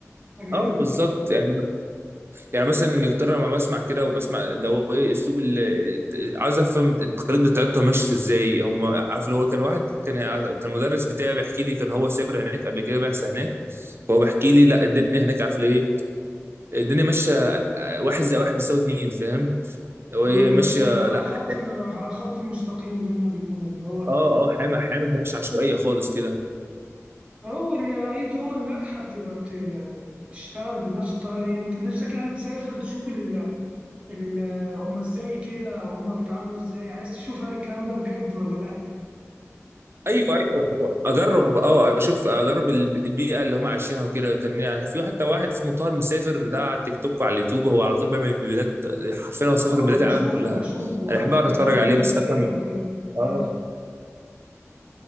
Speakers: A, on the right (about 20°); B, on the right (about 50°).
A: حاجات
B: اه بالظبط يعني يعني مثلا انجلترا لما بسمع كده وبسمع اللي هو ايه اسلوب ال- عايز افهم التقاليد بتاعتهم ماشيه ازاي هم عارف اللي هو كان واحد كان كان المدرس بتاعي بيحكي لي كان هو سافر هناك قبل كده بعثه هناك فهو بيحكي لي لا الدنيا هناك عارف ايه الدنيا ماشيه واحد زي واحد بيساوي اتنين فاهم اللي هو
A: اه
B: ايه
A: اللي
B: ماشيه
A: هي على
B: لا
A: خط
B: ح-
A: على خط المستقيم زي ما بيقولوا ان هو
B: اه اه حامي حامي مش عشوائيه خالص كده
A: هو ال- اي دول ناجحه بتبقى بت يعني بتشتغل بنفس الطريقه دي انت نفسك يعني تسافر تشوف ال ال هم ازاي كده وهم بيتعاملوا ازاي عايز تشوف هل الكلام ده بجد ولا لا
B: ايوه ايوه هو اجرب اه اشوف اجرب الب- البيئه اللي هم عايشينها وكده كان يعني في حتى واحد اسمه طاهر مسافر ده على التيك توك وعلى اليوتيوب هو على طول بيعمل فيديوهات حرفيا هو سافر
A: اه
B: بلاد
A: بشوفه
B: العالم كلها
A: بشوفه
B: انا
A: حتى
B: بحب اقعد
A: كان
B: اتفرج
A: عامل
B: عليه
A: تركيا
B: بس افهم
A: وكده
B: اه
A: عارف